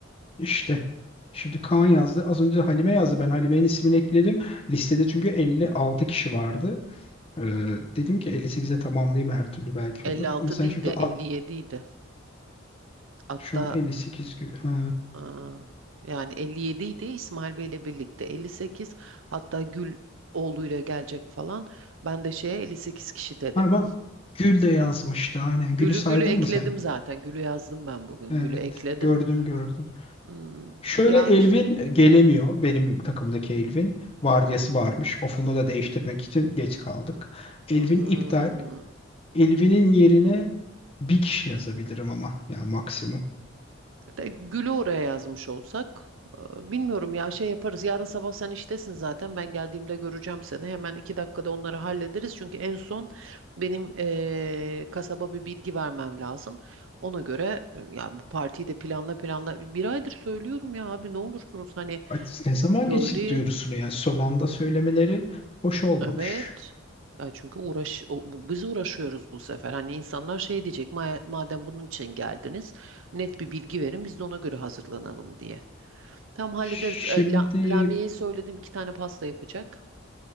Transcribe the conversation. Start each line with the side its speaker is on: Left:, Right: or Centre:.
Left: İşte. Şimdi Kaan yazdı. Az önce Halime yazdı. Ben Halime'nin ismini ekledim. Listede çünkü 56 kişi vardı. Ee, dedim ki 58'e tamamlayayım her türlü belki
Right: 56
Left: olur. Ama sen
Right: değil
Left: şimdi
Right: de
Left: at,
Right: 57 idi. Hatta
Left: Şu an 58 gül. Ha.
Right: aa, yani 57 idi İsmail Bey ile birlikte. 58 hatta Gül oğluyla gelecek falan. Ben de şeye 58 kişi dedim.
Left: Ha bak Gül de yazmıştı. Aynen. Gül'ü
Right: Gül'ü
Left: saydın
Right: Gül'ü ekledim
Left: mı sen?
Right: zaten. Gül'ü yazdım ben bugün.
Left: Evet.
Right: Gül'ü ekledim.
Left: Gördüm gördüm.
Right: Hmm,
Left: Şöyle
Right: ya
Left: Elvin e, gelemiyor. Benim takımdaki Elvin. Vardiyası varmış. Ofunu da değiştirmek için geç kaldık. Elvin
Right: hmm,
Left: iptal. Elvin'in yerine bir kişi yazabilirim ama. Ya maksimum.
Right: Hatta Gül'ü oraya yazmış olsak. e, Bilmiyorum ya şey yaparız. Yarın sabah sen iştesin zaten. Ben geldiğimde göreceğim seni. Hemen iki dakikada onları hallederiz. Çünkü en son benim e, kasaba bir bilgi vermem lazım. Ona göre e, ya bu partiyi de planla planla. Bir aydır söylüyorum ya abi ne olursunuz hani
Left: Ay, Ne zaman
Right: söyleyin.
Left: geçtik duyurusunu ya. Son anda söylemeleri hoş olmamış.
Right: Evet. Ya çünkü uğraş o- bu- biz uğraşıyoruz bu sefer. Hani insanlar şey diyecek "Ma- madem bunun için geldiniz net bir bilgi verin biz de ona göre hazırlanalım diye. Tam hallederiz.
Left: Şimdi...
Right: E, La, Lamiye'ye söyledim iki tane pasta yapacak.